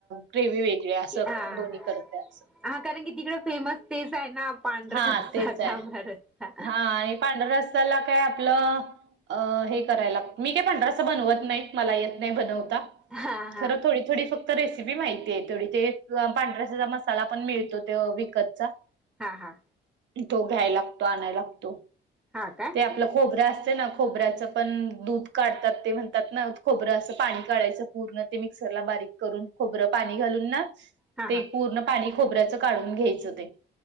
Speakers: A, on the right; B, in the centre.
A: ग्रेवी वेगळी असं
B: हा
A: दोन्ही करते अस.
B: हा कारण कि तिकडं फेमस तेच आहे ना पांढर
A: हा
B: रस्सा,
A: तेच आहे
B: तांबडा रस्सा
A: हा आणि पांढरा रस त्याला काय आपलं अ हे करायला मी काय पांढरा रस्सा बनवत नाही मला येत नाही बनवता
B: हा हा
A: खर थोडी थोडी फक्त रेसिपी माहितीय थोडी ते पांढऱ्यासाचा मसाला पण मिळतो ते विकतचा
B: हा हा.
A: तो घ्याय लागतो आणायला लागतो
B: हा काय
A: ते आपलं खोबरं असतेना. खोबऱ्याचं पण दूध काढतात ते म्हणतात ना खोबरं असं पाणी काढायचं पूर्ण ते मिक्सरला बारीक करून खोबरं पाणी घालून ना
B: हा हा
A: ते पूर्ण पाणी खोबऱ्याचं काढून घ्यायचं ते.